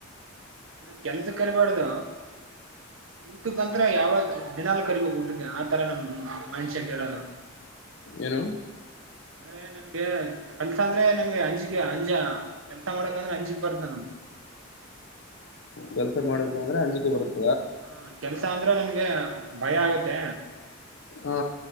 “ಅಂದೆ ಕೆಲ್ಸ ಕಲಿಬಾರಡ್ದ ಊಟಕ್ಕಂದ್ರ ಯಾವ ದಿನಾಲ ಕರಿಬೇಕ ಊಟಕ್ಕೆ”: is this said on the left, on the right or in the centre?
Right